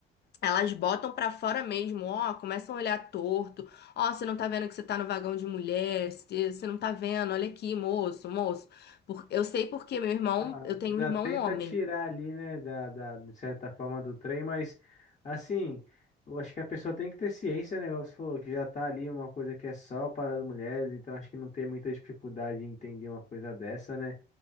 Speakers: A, on the left; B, on the left.
A: Elas botam pra fora mesmo, ó, começam a olhar torto. Ó, você não tá vendo que você tá no vagão de mulher, você você não tá vendo, olha aqui, moço, moço. Por- eu sei porque meu irmão,
B: Ah,
A: eu tenho
B: ainda
A: um irmão
B: tenta
A: homem.
B: tirar ali, né, da, da, de certa forma do trem, mas assim, eu acho que a pessoa tem que ter ciência, né? igual Você falou que já tá ali uma coisa que é só para as mulheres, então acho que não tem muita dificuldade em entender uma coisa dessa, né?